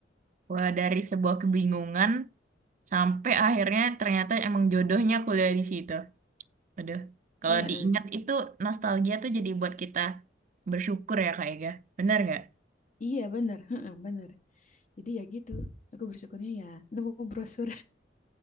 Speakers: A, on the right; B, on the left.
A: wah dari sebuah kebingungan sampai akhirnya ternyata emang jodohnya kuliah di situ. Aduh, kalau
B: <laughs> Heeh.
A: diingat itu nostalgia tuh jadi buat kita bersyukur ya Kak Ega. Benar nggak?
B: Iya bener, heeh, bener. Jadi ya gitu, aku bersyukurnya ya nemu brosur.